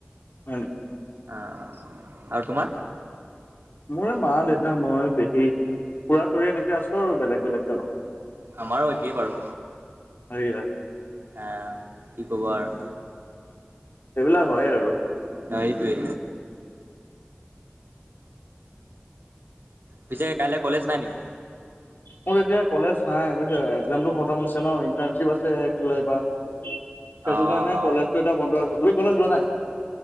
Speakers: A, on the left (about 60°); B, on the right (about 65°).
A: হয় নি
B: আহ আৰু তোমাৰ?
A: মোৰে মা দেতা মই পেহী খুৰা চোৰা এনেকে আছো আৰু বেলেগ বেলেগকে অলপ
B: আমাৰো একে বাৰু
A: শুনিছা
B: আহ কি খবৰ
A: এইবিলাক হয় আৰু
B: সেইটোৱে পিছে কাইলৈ কলেজ নাই নেকি?
A: মোৰ এতিয়া কলেজ নাই বুজিছা এক্সামটো খতম হৈছে ন ইণ্টাৰশ্বিপ আছে এক জুলাইৰ পৰা সেইটো
B: অ অ
A: কাৰণে
B: অ
A: কলেজটো এতিটা বন্ধ আছে তুই কলেজ যোৱা নাই